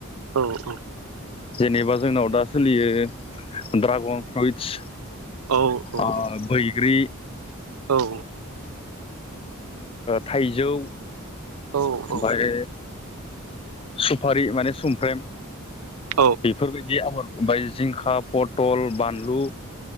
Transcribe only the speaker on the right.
औ औ
औ औ
औ
औ औ
औ